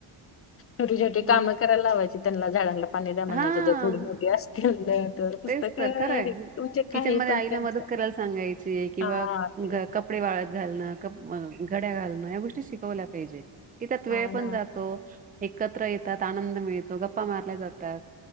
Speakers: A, on the left; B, on the right.
A: छोटी-छोटी
B: मग
A: कामं करायला लावायची त्यांना झाडांना पाणी द्या म्हनायचे
B: हां.
A: जर थोडी-मोठी असतील <unintelligible>
B: तेच तर
A: म्हणजे
B: खरंय, किचन
A: काही
B: मध्ये
A: पण
B: आईला
A: त्यांच
B: मदत करायला सांगायची, किंवा
A: हा ते-
B: कपडे वाळात. घालणं, क घड्या घालणं, या गोष्टी शिकवल्या पाहिजे. की त्यात वेळ
A: हा ना
B: पण जातो. एकत्र येतात आनंद मिळतो, गप्पा मारल्या जातात.